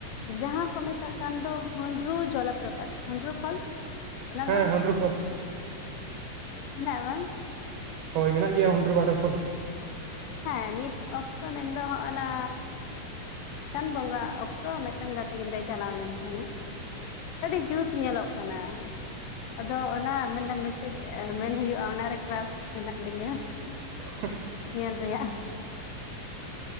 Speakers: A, on the left; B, on the right.
A: ᱟᱨ ᱡᱟᱦᱟᱸ ᱠᱚ ᱢᱮᱛᱟᱜ ᱠᱟᱱ ᱫᱚ, ᱦᱩᱸᱰᱨᱩ ᱡᱚᱞᱚᱯᱨᱯᱟᱛ ᱦᱩᱰᱨᱩ ᱯᱷᱚᱞᱥ ᱚᱱᱟ
B: ᱦᱮᱸ
A: ᱫᱚ
B: ᱦᱩᱰᱨᱩ ᱯᱷᱚᱞ᱾
A: ᱢᱮᱱᱟᱜᱼᱟ ᱵᱟ
B: ᱦᱳᱭ ᱢᱮᱱᱟᱜ ᱜᱮᱭᱟ, ᱦᱩᱰᱩᱨ ᱚᱣᱟᱴᱟᱨ ᱯᱷᱚᱞ᱾
A: ᱦᱮᱸ ᱱᱤᱛ ᱚᱠᱛᱚ ᱢᱮᱱᱫᱚ ᱦᱚᱜᱼ ᱱᱟ? ᱥᱟᱱ ᱵᱚᱸᱜᱟ ᱚᱠᱛᱚ ᱢᱤᱫᱴᱮᱱ ᱜᱟᱛᱮ, ᱜᱤᱫᱽᱨᱟᱹᱭ ᱪᱟᱞᱟᱣ ᱞᱮᱱ ᱛᱟᱦᱮᱸᱱᱟ᱾ ᱟᱹᱰᱤ ᱡᱩᱛ ᱧᱮᱞᱚᱜ ᱠᱟᱱᱟ᱾ ᱟᱫᱚ ᱚᱱᱟ ᱢᱮᱱᱱᱟ ᱢᱤᱫᱴᱮᱱ ᱢᱮᱱ ᱦᱩᱭᱩᱜᱼᱟ ᱚᱱᱟᱨᱮ ᱠᱨᱟᱥ ᱦᱮᱱᱟᱜ ᱞᱤᱧᱟᱹ᱾
B: ᱦᱮᱸ
A: ᱧᱮᱞ ᱨᱭᱟᱜ᱾